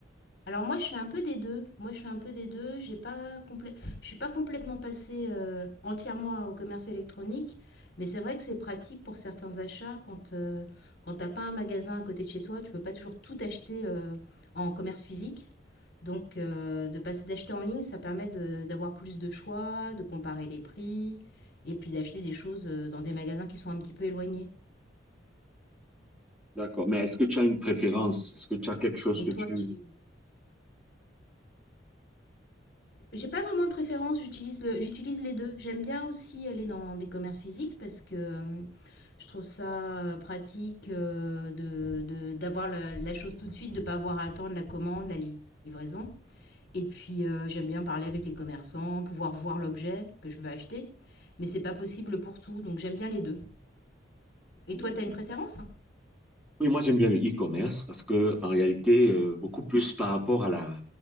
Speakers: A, on the left (about 50°); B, in the centre.
A: moi, je fais un peu des deux. Moi, je fais un peu des deux. J'ai pas complè- je suis pas complètement passée euh, entièrement au commerce électronique, mais c'est vrai que c'est pratique pour certains achats. Quand, euh, quand t'as pas un magasin à côté de chez toi, tu peux pas toujours tout acheter euh, en commerce physique. Donc, euh, de passer d'acheter en ligne, ça permet de- d'avoir plus de choix, de comparer les prix, et puis d'acheter des choses euh, dans des magasins qui sont un petit peu éloignés.
B: D'accord. Mais est-ce que tu as une préférence? Est-ce que tu as quelque chose
A: Et
B: que
A: toi,
B: tu...
A: tu... J'ai pas vraiment de préférence, j'utilise le- j'utilise les deux. J'aime bien aussi aller dans des commerces physiques parce que euh, je trouve ça euh, pratique euh, de, de- d'avoir la, la chose tout de suite, de pas avoir à attendre la commande, la li- livraison. Et puis euh, j'aime bien parler avec les commerçants, pouvoir voir l'objet que je veux acheter. Mais c'est pas possible pour tout, donc j'aime bien les deux. Et
B: Voilà.
A: toi, t'as une préférence?
B: Oui, moi j'aime bien le e-commerce parce que en réalité, euh, beaucoup plus par rapport à la,